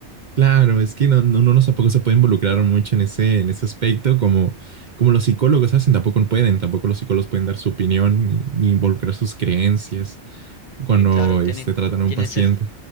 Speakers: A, on the right (about 50°); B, on the left (about 45°).
A: Claro, es que no, no, uno no tampoco se puede involucrar mucho en ese, en ese aspecto, como, como los psicólogos hacen, tampoco pueden, tampoco los psicólogos pueden dar su opinión ni, ni involucrar sus creencias cuando
B: Eh, claro, tienen,
A: este, tratan a
B: tienen
A: un paciente
B: ser,